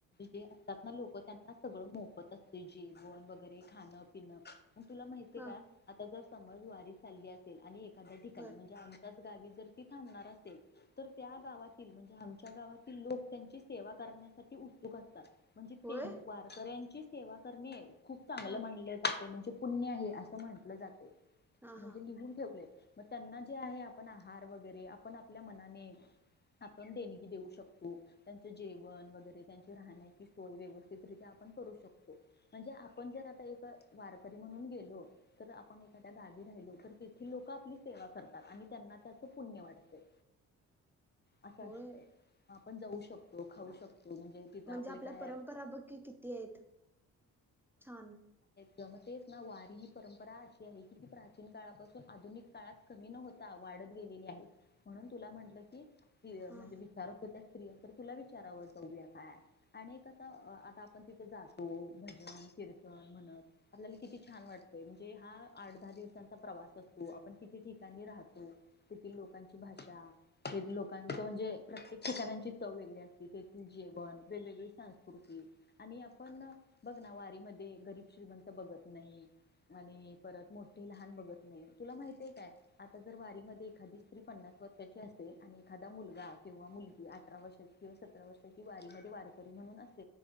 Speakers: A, on the left; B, in the centre.
A: ते असतात ना लोक त्यांना सगळं मोफत असते जेवण वगैरे खाणं पिणं म तुला माहती
B: हा
A: आहे का आता जर समज वारी चालली असेल आणि एका ठिकाणी
B: बर
A: म्हणजे आम्ही त्याच गावी जर ती थांबणार असेल तर त्या गावातील म्हणजे आमच्या गावातील लोक त्यांची सेवा करण्यासाठी उत्सुक असतात म्हणजे
B: होय
A: ते वारकऱ्यांची सेवा करणे खूप चांगलं
B: हा
A: मानले जातात म्हणजे पुण्य आहे असं म्हटलं जातं
B: हा
A: म्हणजे
B: हा
A: लिहून ठेवलय मग त्यांना जे आहे आहार वगैरे आपण आपल्या मनाने आपण देणगी देऊ शकतो त्यांच जेवण वगैरे त्यांची राहण्याची सोय व्यवस्थित रित्या आपण करू शकतो म्हणजे आपण जर आता एक वारकरी म्हणून गेलो तर आपण एखाद्या गावी राहिलो तर तेथील लोक आपली सेवा करतात आणि त्यांना त्याच पुण्य वाटते असं
B: होय
A: असते ह आपण जाऊ शकतो खाऊ शकतो तिथं
B: म्हणजे
A: आपले
B: आपल्या
A: काय
B: परंपरा बक्की किती आहेत छान
A: जमतेच ना वारी ही परंपरा अशी आहे की ती प्राचीन काळापासून आधुनिक काळात कमी न होते वाढत गेलेली आहे म्हणून तुला म्हटल की हि
B: हा
A: म्हणजे विचारत होते त्या स्त्रिया तर तुला विचारावं जाऊया काय आणि आता आता आपण तिथे जातो भजन कीर्तन म्हणत आपल्याला किती छान वाटतय म्हणजे हा आठ दहा दिवसांचा प्रवास असतो आपण किती ठिकाणी राहतो तेथील लोकांची भाषा तेथ लोकांच म्हणजे प्रत्येक ठिकाणांची चव वेगळी असती तेथील जेवण वेगवेगळी संस्कृती आणि आपण बघ ना वारी मध्ये गरीब श्रीमंत बघत नाही आणि परत मोठे लहान बघत नाही तुला माहती आहे काय आता जर वारी म एखादी स्त्री पन्नास वर्षाची असेल आणि एखादा मुलगा किंवा मुलगी अठरा वर्षाची किंवा सतरा वर्षाची वारी म वारकरी म्हणून अस